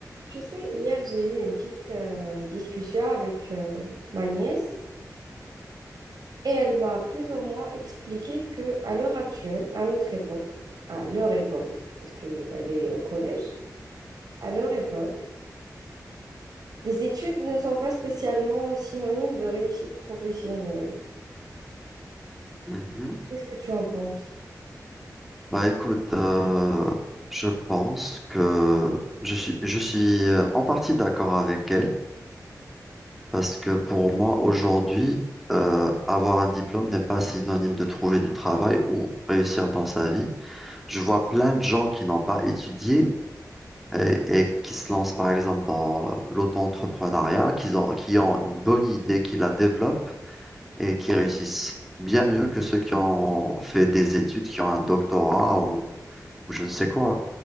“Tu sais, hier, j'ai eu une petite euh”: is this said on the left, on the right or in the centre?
Right